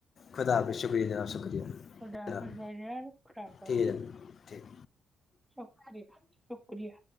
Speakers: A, on the left; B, in the centre.
A: خدا حافظ شکریہ جناب شکریہ جناب
B: خدا حافظ بھائی جان خدا حافظ
A: ٹھیک ہے جناب ٹھیک
B: شکریہ شکریہ